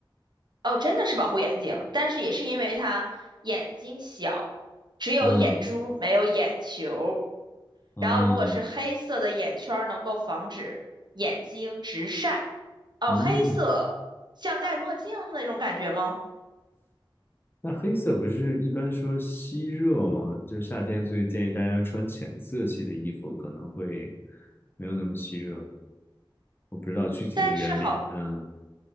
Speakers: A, on the right; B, on the left.
A: 哦，真的是保护眼睛，但是也是因为它眼睛小，只有眼珠没有眼球。
B: 嗯嗯
A: 然后如果是黑色的眼圈儿，能够防止眼睛直晒。哦，
B: 嗯，
A: 黑色像戴墨镜那种感觉吗？
B: 那黑色不是一般说吸热吗？就是夏天，所以建议大家穿浅色系的衣服，可能会没有那么吸热。我不知道具体的原理。
A: 但是好，
B: 嗯